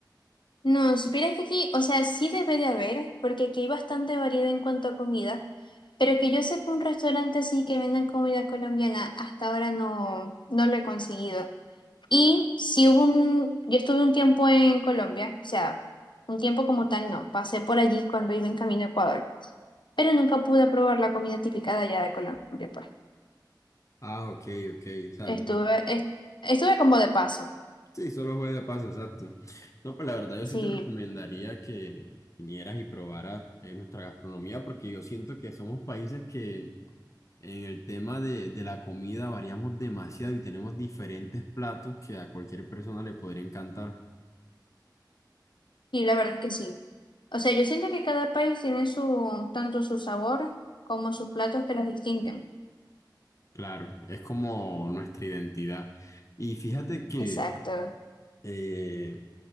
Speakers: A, on the left (about 80°); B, on the left (about 40°).
A: No, supieras que aquí, o sea, sí debe de haber, porque aquí hay bastante variedad en cuanto a comida, pero que yo sepa un restaurante así que vendan comida colombiana, hasta ahora no, no lo he conseguido. Y si hubo un, yo estuve un tiempo en Colombia, o sea, un tiempo como tal no, pasé por allí cuando iba en camino a Ecuador, pero nunca pude probar la comida típica de allá de Colombia, pues.
B: Ah, ok, ok. O sea,
A: Estuve, es- estuve como de paso,
B: Sí, solo juega de paso, exacto. No, pues la verdad yo
A: sí,
B: sí te recomendaría que vinieras y probaras eh, nuestra gastronomía porque yo siento que somos países que en el tema de, de la comida variamos demasiado y tenemos diferentes platos que a cualquier persona le podría encantar.
A: y la verdad es que sí. O sea, yo siento que cada país tiene su, tanto su sabor como sus platos que los distinguen.
B: Claro, es como nuestra identidad. Y fíjate que
A: Exacto.
B: eh,